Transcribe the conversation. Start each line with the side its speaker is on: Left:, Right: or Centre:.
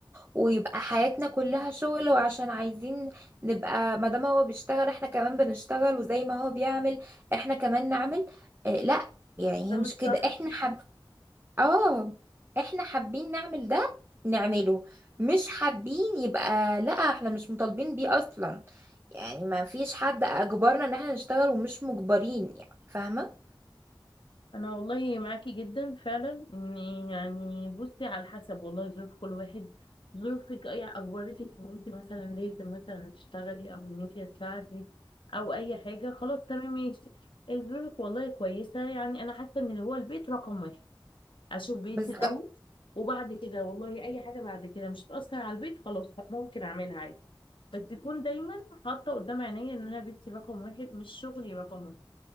Right: ويبقى حياتنا كلها شغل وعشان عايزين نبقى ما دام هو بيشتغل احنا كمان بنشتغل وزي ما هو بيعمل احنا كمان نعمل اه لا يعني
Left: ده
Right: هي
Left: مش
Right: مش كده
Left: صح
Right: احنا حب اه احنا حابين نعمل ده نعمله مش حابين يبقى لا احنا مش مطالبين بيه اصلا يعني ما فيش حد اجبرنا ان احنا نشتغل ومش مجبرين يعني فاهمة
Left: انا والله معاكي جدا فعلا ان يعني بصي على حسب والله ظروف كل واحد ظروفك اي اجبرتك ان انت مثلا لازم مثلا تشتغلي او ان انت تساعدي او اي حاجه خلاص تمام ماشي إيه ظروفك والله كويسه يعني انا حاسه ان هو البيت رقم واحد اشوف بيتي
Right: بس
Left: الاول
Right: ده
Left: وبعد كده والله اي حاجه بعد كده مش هتاثر على البيت خلاص ممكن اعملها عادي بس تكون دايما حاطه قدام عينيا ان انا بيتي رقم واحد مش شغلي رقم واحد